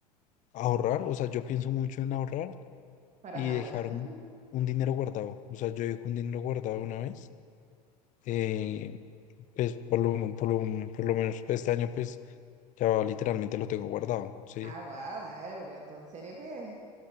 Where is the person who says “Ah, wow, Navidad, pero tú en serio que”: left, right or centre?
Right